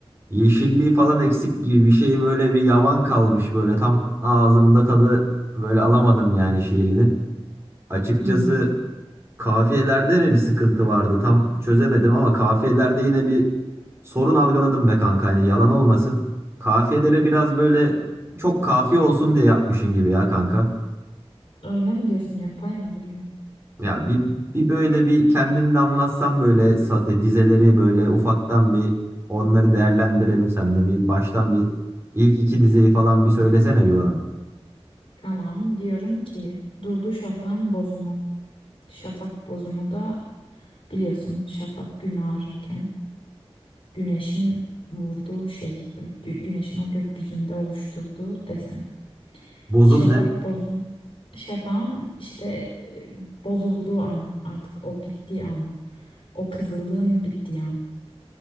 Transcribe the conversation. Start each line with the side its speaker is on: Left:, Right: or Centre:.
Right: yeşilliği falan eksik gibi bir şey böyle bir yavan kalmış böyle tam ağzımda tadı böyle alamadım yani şiirinin. Açıkçası
Left: Hmm.
Right: Kafiyelerde mi bir sıkıntı vardı? Tam çözemedim ama kafiyelerde yine bir sorun algıladım be kanka. Yani yalan olmasın. Kafiyelere biraz böyle çok kafiye olsun diye yapmışın gibi ya kanka.
Left: Öyle mi diyorsun yapay mı duruyor?
Right: Ya bir, bir böyle bir kendini de anlatsan böyle sa- e, dizeleri böyle ufaktan bir onları değerlendirelim seninle. Bir baştan bir ilk iki dizeyi falan bir söylesene bir bana.
Left: Tamam diyorum ki durdu şafağın bozumu. Şafak bozumu da biliyorsun şafak gün ağrırken güneşin vurduğu şey. gü- Güneşin o gökyüzünde oluşturduğu desen.
Right: Bozum
Left: Şafak
Right: ne?
Left: bozum. Şafağın işte e, bozulduğu an artık o bittiği an O kızılığın bittiği an.